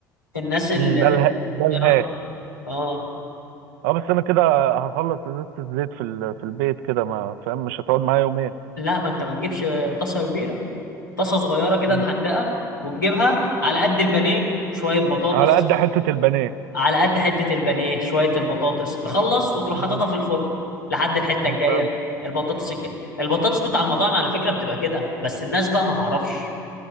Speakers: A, on the left; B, on the right.
A: الناس اللي
B: مم. ده اله... ده الهاي
A: اه اه
B: اه بس انا كده هخلص ازازه الزيت في ال- في البيت كده ما فاهم مش هتقعد معايا يومين
A: لا ما انت ما تجيبش طاسة كبيرة طاسة صغيرة كده
B: مم.
A: محندقة وتجيبها على قد البانيه شوية بطاطس
B: على قد حته البانيه
A: على قد حتة البانيه شوية البطاطس تخلص وتروح
B: مم.
A: حاططها في الفرن لحد الحتة
B: أمم،
A: الجاية
B: فهمت
A: البطاطس الج... البطاطس بتاع المطاعم على فكرة بتبقى كده بس الناس بقى ما تعرفش